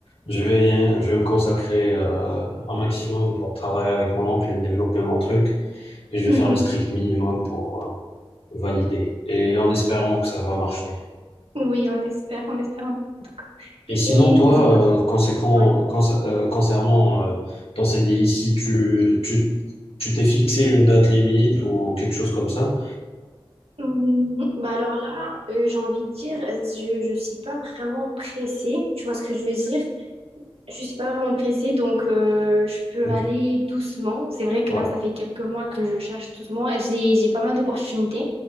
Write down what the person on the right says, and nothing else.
Mhm.
Oui, on espère, on espère en tout cas.
Et
du coup,
ouais.
Hum, Bah alors là, euh, j'ai envie de dire, euh, je ne suis pas vraiment pressée, tu vois ce que je veux dire? Je suis pas vraiment pressée, donc euh, je peux
aller doucement. C'est vrai que
là, ça fait quelques mois que je cherche doucement. J'ai, j'ai pas mal d'opportunités,